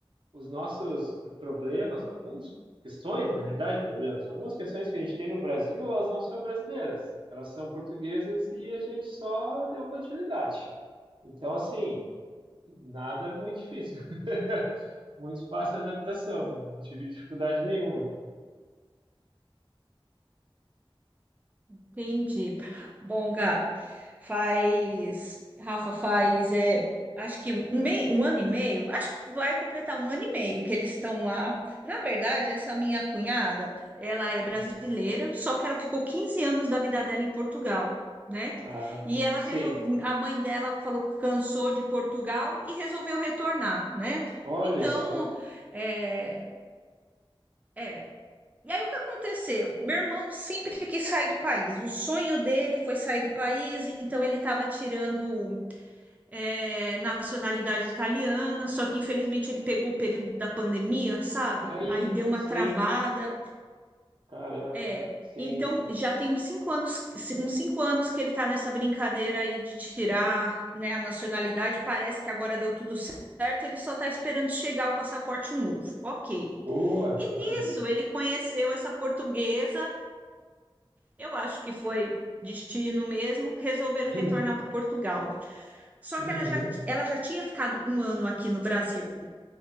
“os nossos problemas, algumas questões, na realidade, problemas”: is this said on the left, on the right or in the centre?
Right